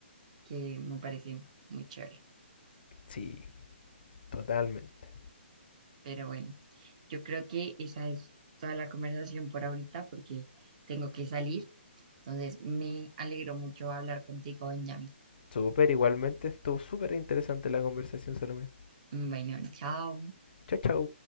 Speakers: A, on the right; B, on the left.
A: que me parece muy chévere.
B: sí, totalmente.
A: Pero bueno, yo creo que esa es toda la conversación por ahorita porque tengo que salir. Entonces, me alegro mucho hablar contigo, Benjamín.
B: Súper, igualmente, estuvo súper interesante la conversación, Salomé.
A: Bueno, chao.
B: Chao, chao.